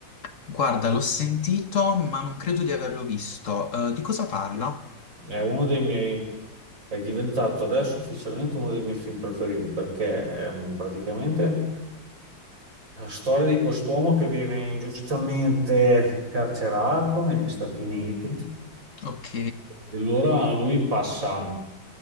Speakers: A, on the left; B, on the right.
A: Guarda, l'ho sentito, ma non credo di averlo visto. Eh, di cosa parla?
B: È uno dei miei è diventato adesso ufficialmente uno dei miei film preferiti perché ehm, praticamente La storia di quest'uomo che viene ingiustamente carcerato negli Stati Uniti.
A: Ok.
B: Allora lui passa,